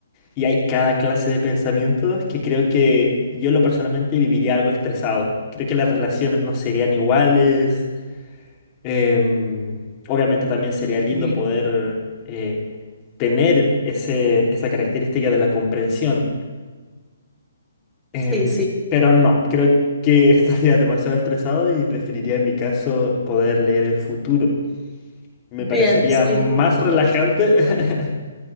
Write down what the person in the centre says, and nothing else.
Sí,
sí, sí.
Bien,
sí,